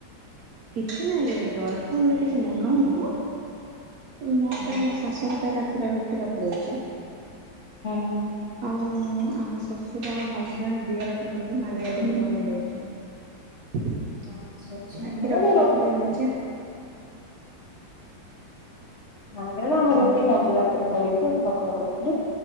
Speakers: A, on the right; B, on the left.
A: କିଛି ନାହିଁ ଜଳଖିଆ ବୋଇଲେ କିଛି ବନୋଉନୁ ମୋ
B: ହୁଁ
A: ପାଇଁ ମୋ ଶାଶୁଙ୍କ ପାଇଁ ରାତିରେ ରୁଟି ରଖିଦଉଚି
B: ହୁଁ।
A: ଆଉ ଆମ ଶଶୁର ହଜବେଣ୍ଡ ଦିଅର ପାଇଁ ବୋଲି ମାଣ୍ଡିଆ ଟିକେ
B: ହୁଁ।
A: ବନେଇ ଦଉଚି। ଆ
B: ଆଚ୍ଛା ଆଚ୍ଛା ଆମର
A: କ୍ଷୀର ପକେଇକି
B: ଏଇ ରୁଟି
A: ଦେଇ ଦଉଛେ।
B: ନ ହେ <unintelligible> ଆମେ
A: ତମ
B: ରୁଟି ଖାଉଛୁ ରାତିରେ କରିକିରି ସକାଳ କରିକିରି